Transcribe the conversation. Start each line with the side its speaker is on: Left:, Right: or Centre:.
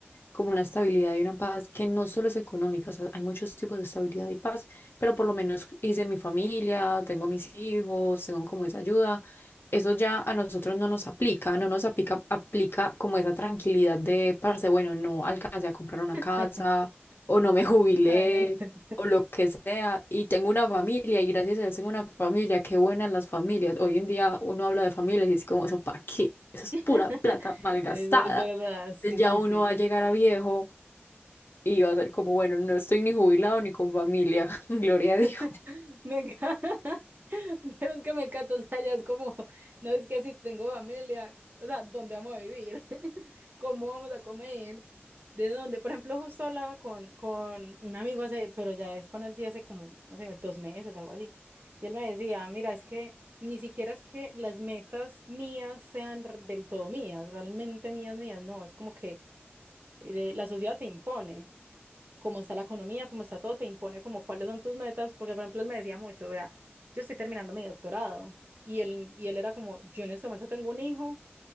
Left: como una estabilidad y una paz que no solo es económica, o sea, hay muchos tipos de estabilidad y paz, pero por lo menos hice mi familia, tengo mis hijos, tengo como esa ayuda. Eso ya a nosotros no nos aplica, no nos aplica, aplica como esa tranquilidad de, parce, bueno, no alcancé a comprar una
Right: <laughs>
Left: casa o no me <laughs> jubilé
Right: Ay, me encanta.
Left: o lo que sea, y tengo una familia, y gracias a Dios tengo una familia, qué buenas las familias. Hoy en día uno habla de familias y es como, ¿eso para qué? Eso es
Right: <laughs>
Left: pura plata malgastada
Right: Eso es verdad, sí,
Left: pues ya
Right: sí,
Left: uno
Right: sí.
Left: va a llegar a viejo y va a ser como, bueno, no estoy ni jubilado ni con familia, <laughs> gloria a Dios.
Right: <laughs> Me encanta, <laughs> pero es que me encanta, o sea, ya es como, no es que si tengo familia, o sea, ¿dónde vamos a vivir? <laughs> ¿Cómo vamos a comer? ¿De dónde? Por ejemplo, justo hablaba con, con un amigo hace, pero ya es con él sí hace como, no sé, dos meses, algo así. Y él me decía, mira, es que ni siquiera es que las metas mías sean r- del todo mías, realmente mías, mías, no, es como que eh, la sociedad te impone cómo está la economía, cómo está todo, te impone como cuáles son tus metas, porque por ejemplo él me decía mucho, vea, yo estoy terminando mi doctorado y él, y él era como, yo en este momento tengo un hijo